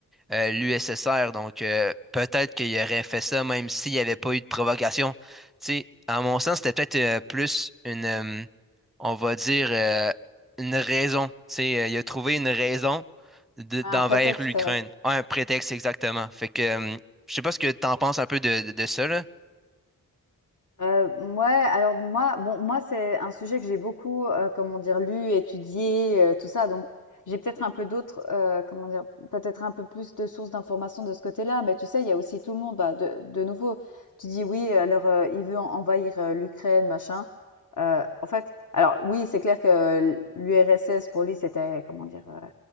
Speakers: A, in the centre; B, on the left.
A: euh, l'USSR. Donc, euh, peut-être qu'il aurait fait ça même s'il n'y avait pas eu de provocation. Tu sais, à mon sens, c'était peut-être euh, plus une, euh, on va dire, euh, une raison. Tu sais, euh, il a trouvé une raison de- d'envers
B: Un prétexte?
A: l'Ukraine. Un prétexte exactement. Fait que, euh, je sais pas ce que tu en penses un peu de, de, de ça, là.
B: Heu, mouais, alors moi bon, moi, c'est un sujet que j'ai beaucoup, heu, comment dire, lu, étudié, heu, tout ça, donc j'ai peut-être un peu d'autres, heu, comment dire? Peut-être un peu plus de sources d'informations de ce côté-là, mais tu sais, il y a aussi tout le monde, bah, de de nouveau, tu dis: «Oui, alors, heu, il veut en envahir, heu, l'Ukraine, machin». Heu, en fait, alors oui, c'est clair que l l'URSS, pour lui, c'était comment dire? Heu,